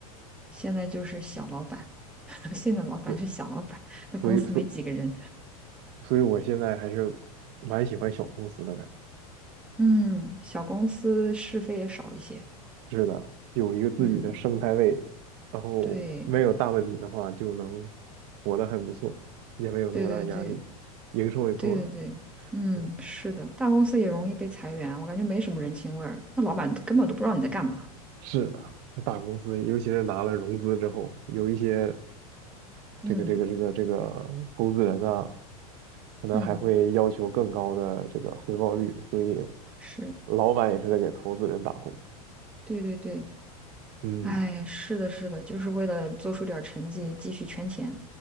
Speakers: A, in the centre; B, on the right.
A: 现在就是小老板。<laughs> 现在老板是小老板，
B: 对，
A: 那公司没几个人，
B: 所以所所以我现在还是蛮喜欢小公司的感
A: 嗯，小公司是非也少一些，
B: 觉。是的，有一个自己的生态位，
A: 嗯，
B: 然后没有大问题的话，
A: 对，
B: 就能活得很不错，也没有那么大压力，
A: 对对对
B: 营收也够了，
A: 对对对，嗯，
B: 是吧？
A: 是的，大公司也容易被裁员啊，我感觉没什么人情味儿，那老板都根本都不知道你在干嘛，
B: 是的，那大公司尤其是拿了融资之后，有一些。
A: 嗯
B: 这个这个这个这个投资人呢，可能还会要求更高的这个回报率，
A: 嗯，
B: 所以
A: 是，
B: 老板也是在给投资人打工。
A: 对对对，
B: 嗯，
A: 哎，是的，是的，就是为了做出点儿成绩，继续圈钱，